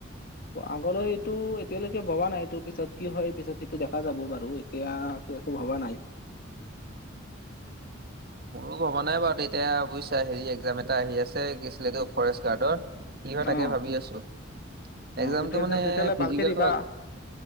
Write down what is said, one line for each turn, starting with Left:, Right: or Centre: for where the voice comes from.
Left: আগলৈ এইটো এতিয়ালৈকে ভবা নাইটো পিছত কি হয় পিছত সেইটো দেখা যাব বাৰু। এতিয়াা তো একো ভবা নাই।
Right: মোৰো ভবা নাই বাৰু তেতিয়া বুজিছা হেৰি এক্জাম এটা আহি আছে কি আছিলে এইটো ফৰেষ্ট গাৰ্ডৰ কি হয়
Left: অ',
Right: তাকে ভাবি আছো
Left: অ',
Right: একজামটো
Left: সেইটো একজাম
Right: মানে
Left: তেতিয়াহ'লে
Right: ফিজিকেলটো
Left: ভালকে দিবা।